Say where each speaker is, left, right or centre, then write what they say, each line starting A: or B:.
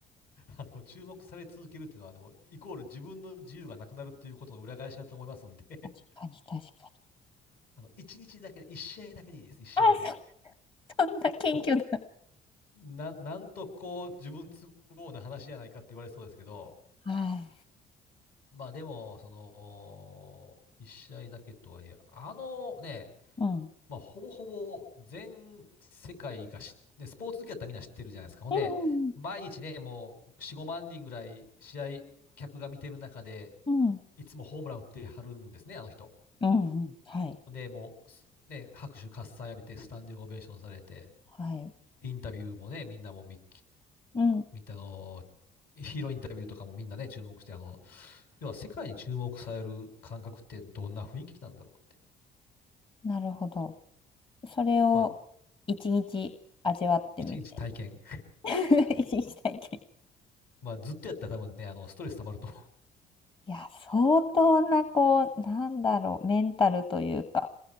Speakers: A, on the left; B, on the left.
A: あの、注目され続けるっていうのは、でも、イコール自分の自由がなくなるっていうことの裏返しだと思いますんで、
B: 確かに確かに。
A: <laughs> あの、一日だけで、一試合だけでいいです、一試合だけで。
B: あ、そんな謙虚な。
A: もうな、なんとこう、自分都合な話じゃないかって言われそうですけど、
B: はい。
A: まあでも、その、一試合だけとはいえ、あのね、
B: うん。
A: まあ、ほぼほぼ全世界が知って、スポーツ好きだったらみんな知ってるじゃないですか。ほんで、
B: うんうん
A: 毎日ね、もう4、5万人ぐらい試合客が見てる中で、
B: うん。うん。
A: いつもホームラン打ってはるんですね、あの人。
B: うんうん。はい。
A: ほんで、もう、すね、拍手喝采浴びて、スタンディングオベーションされて、
B: はい。
A: インタビューもね、みんなもみ、
B: うんはいはいうん
A: みたの、ヒーローインタビューとかもみんなね、注目して、あの、要は世界に注目される感覚ってどんな雰囲気なんだろうって。
B: なるほど。それを一日味わってみて。
A: まあ、一日体験。
B: <laughs> 一日体験。
A: まあ、ずっとやったら多分ね、あの、ストレス溜まると
B: いや、相当な、こう、なんだろう、メンタルというか、